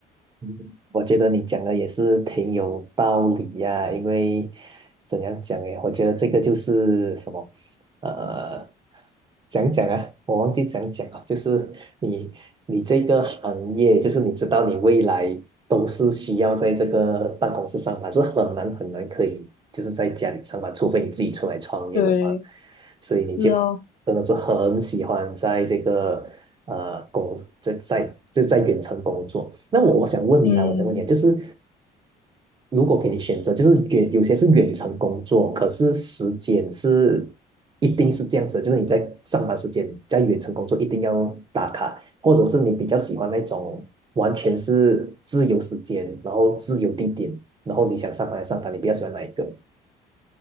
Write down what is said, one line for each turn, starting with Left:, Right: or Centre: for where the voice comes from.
Right: 嗯，我觉得你讲的也是挺有道理呀、因为怎样讲诶，我觉得这个就是什么，呃，讲讲啊，我忘记讲讲了，就是你你这个行业，就是你知道你未来都是需要在这个办公室上班，是很难很难可以就是在家里上班，除非你自己出来创业的话，
Left: 对，
Right: 所以你就
Left: 是哦，
Right: 真的是很喜欢在这个。呃工在在就在远程工作。那我我想问你啦，
Left: 嗯，
Right: 我想问你啊，就是如果给你选择，就是远有些是远程工作，可是时间是一定是这样子，就是你在上班时间在远程工作一定要打卡，或者是你比较喜欢那种完全是自由时间，然后自由地点，然后你想上班就上班，你比较喜欢哪一个？